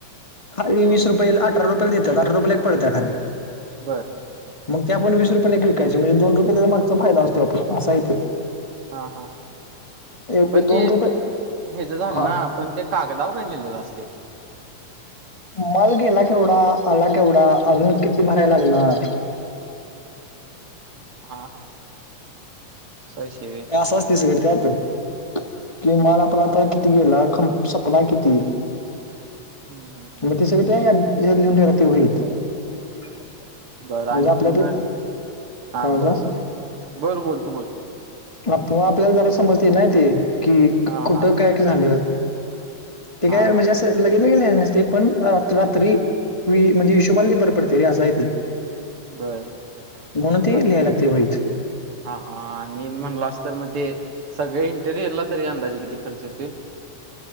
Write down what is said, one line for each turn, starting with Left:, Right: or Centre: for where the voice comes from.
Left: खरी वीस रुपये अठरा रुपयाला देतात अठरा रुपयाला एक पडत्या खारी
Right: बरं.
Left: मग ते आपण वीस रुपयाला एक विकायचे म्हणजे दोन रुपयाला मागचा फायदा असतो आपला अस आहे ते
Right: हा हा
Left: एवढे
Right: पण
Left: दोन
Right: ते ह्याचं
Left: रुपये
Right: झालं
Left: हा
Right: ना पण ते कागदावर काय लिहिलेलं असते
Left: मल गेला केवढा, आला केवढा, अजून किती भरायला लागणार
Right: हा हा. स शिवी
Left: असंच असते सगळ त्यात कि माल
Right: हा
Left: आपला आता
Right: हा
Left: <unintelligible> संपला किती?
Right: हम्म हम्म.
Left: <unintelligible> म्हणजे
Right: बरं आणि
Left: आपल्याल्या
Right: पूर्ण
Left: काय
Right: हा
Left: बोललास?
Right: बरं बरं बरं बोल तू बोल
Left: आपो आपल्याला जरा समजते ना ते कि
Right: हा
Left: कुठं
Right: हा
Left: काय काय झालं ते
Right: हा
Left: काय म्हणजे
Right: हा
Left: असं लगे <unintelligible> आहे नसते पण रात रात्री <unintelligible> म्हणजे हिशबाला ते बरे पडते रे अस हाय ते
Right: बर
Left: म्हणून ते
Right: आ
Left: लिहायला लागते वहीत
Right: हा हा आणि म्हणलं अस तर मग ते सगळे इंटेरियरला तरी अंदाजे किती खर्च येत